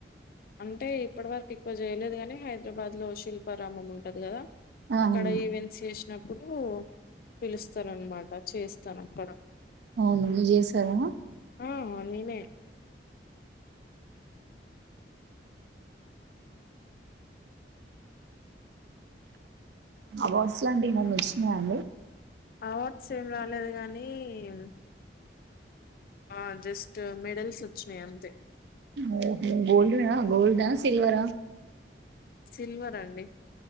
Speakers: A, on the left; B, on the right.
A: అంటే ఇప్పటి వరకు ఎక్కువ జేయలేదు గాని హైదరాబాద్ లో శిల్పారామం ఉంటది కదా
B: ఆహా!
A: అక్కడ ఈవెంట్స్ చేసి నప్పుడు పిలుస్తారన్నమాట చేస్తాను అక్కడ
B: అవునా మీరు చేశారా?
A: ఆ నేనే
B: అవార్డ్స్ లాంటివి ఏమన్నా వచ్చినాయా అండి?
A: అవార్డ్స్ ఏమి రాలేదు గాని నీ ఆ జస్ట్ మెడల్స్ వచ్చినాయి అంతే
B: ఓ గోల్డ్ దా గోల్డ సిల్వర
A: సిల్వర్ అండి